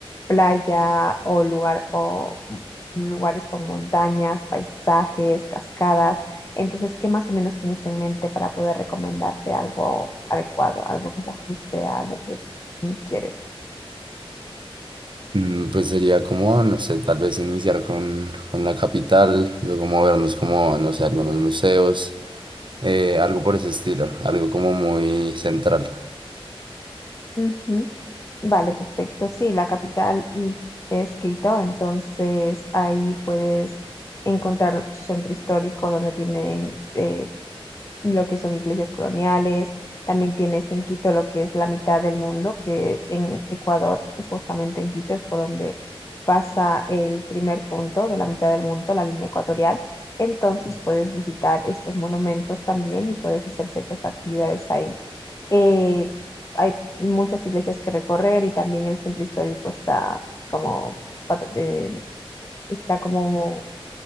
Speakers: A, on the left; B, on the right.
A: playa o lugar o lugares con montañas, paisajes, cascadas. Entonces, ¿qué más o menos tienes en mente para poder recomendarte algo adecuado, algo que se ajuste a lo que mm, quieres?
B: Mm, Pues sería como, no sé, tal vez iniciar con, con la capital, luego movernos como, no sé, algunos museos, eh, algo por ese estilo, algo como muy central.
A: Ujú. Vale, perfecto. Sí, la capital mm, es Quito, entonces ahí puedes encontrar su centro histórico donde tienen eh, lo que son iglesias coloniales, también tienes en Quito lo que es la mitad del mundo, que en Ecuador, pues, justamente en Quito es por donde pasa el primer punto de la mitad del mundo, la línea ecuatorial, entonces puedes visitar estos monumentos también y puedes hacer ciertas actividades ahí. Eh, hay muchas iglesias que recorrer y también el centro histórico está como... pat- eh, está como